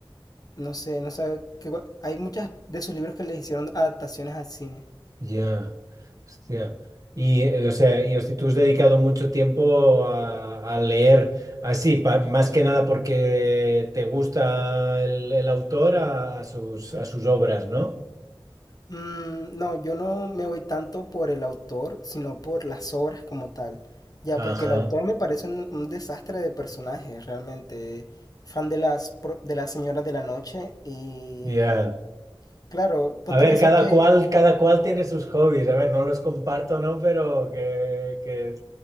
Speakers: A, on the left; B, on the right.
A: no sé, no sé, que, hay muchas de sus libros que les hicieron adaptaciones al cine.
B: Ya, hostia. Y, eh, o sea, y hostia, tú has dedicado mucho tiempo a, a leer así, pa- más que nada porque te gusta el, el autor a, a sus, a sus obras, ¿no?
A: Mm, no, yo no me voy tanto por el autor, sino por las obras como tal. Ya,
B: Ajá,
A: porque el autor me parece un, un desastre de personaje, realmente. Fan de las, pro- de las señoras de la noche y...
B: ya.
A: Claro, ponte
B: A ver,
A: a pensar
B: cada
A: que...
B: cual, cada cual tiene sus hobbies. A ver, no los comparto, ¿no? Pero que, que,